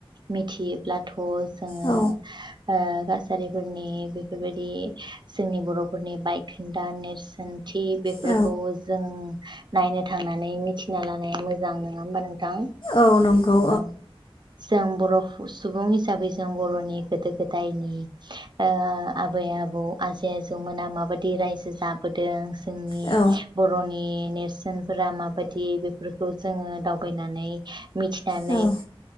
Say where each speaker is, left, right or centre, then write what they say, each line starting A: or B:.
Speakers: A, on the right; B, on the left.
A: मिथियोब्लाथ जोङो
B: औ
A: ओ कछारिफोरनि बेफोरबायदि जोंनि बर'फोरनि बायखोन्दा नेरसोनथि बेफोरखौ
B: औ
A: जों नायनो थांनानै मिथिना लानाया मोजां नोङा होमबा नों थां।
B: औ नंगौ
A: औ जों बर' सुबुं हिसाबै जों बर'नि गोदो गोदायनि ओ आबै आबौ आजै आजौमोना माबायदि रायजो जाबोदों जोंनि
B: औ
A: बर'नि नेरसोनफोरा माबायदि बेफोरखौ जों दावबायनायनानै मिथि नानै
B: औ